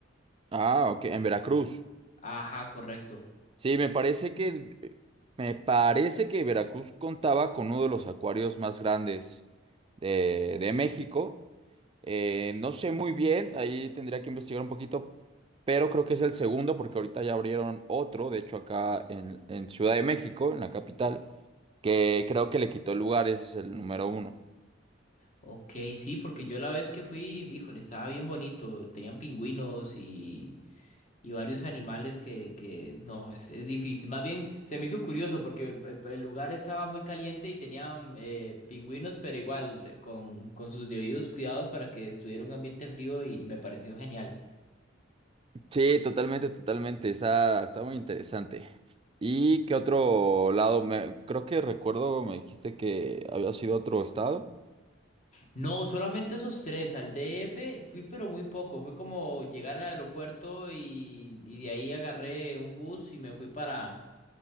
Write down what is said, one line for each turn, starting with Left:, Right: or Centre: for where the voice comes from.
Right: Ah, ok, en Veracruz.
Left: Ajá, correcto.
Right: Sí, me parece que eh, me parece que Veracruz contaba con uno de los acuarios más grandes de, de México. Eh, no sé muy bien, ahí tendría que investigar un poquito, pero creo que es el segundo porque ahorita ya abrieron otro, de hecho acá en, en Ciudad de México, en la capital, que creo que le quitó el lugar, ese es el número uno.
Left: Ok, sí, porque yo la vez que fui, híjole, estaba bien bonito. Tenían pingüinos y, y varios animales que, que no, es, es difícil. Más bien se me hizo curioso porque el, el- el lugar estaba muy caliente y tenían eh, pingüinos, pero igual eh, con, con sus debidos cuidados para que estuviera un ambiente frío y, me pareció genial.
Right: Sí, totalmente, totalmente, está, está muy interesante. ¿Y qué otro lado? Me, creo que recuerdo, me dijiste que había sido otro estado.
Left: No, solamente esos tres. Al DF fui, pero muy poco. Fue como llegar al aeropuerto y, y de ahí agarré un bus y me fui para.